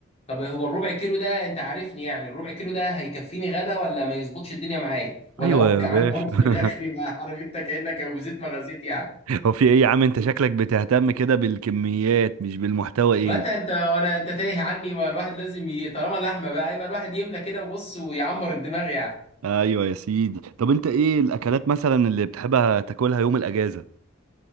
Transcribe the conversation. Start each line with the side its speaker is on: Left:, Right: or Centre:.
Left: طب هو الربع كيلو ده انت عارفني يعني الربع كيلو ده هيكفيني غدا ولا ما يظبطش الدنيا معايا ولا
Right: ايوه
Left: هو
Right: يا
Left: <laughs> جعان
Right: باشا
Left: برضه في الاخر يبقى عارف انت كانك وزيت ما غزيت يعني
Right: هو في ايه يا عم انت شكلك بتهتم كده بالكميات مش بالمحتوى ايه
Left: ما انت انت وانا انت تايه عني ما الواحد لازم ي... طالما لحمه بقى يبقى الواحد يملى كده وبص ويعمر الدماغ يعني
Right: ايوه يا سيدي طب انت ايه الاكلات مثلا اللي بتحبها تاكلها يوم الاجازة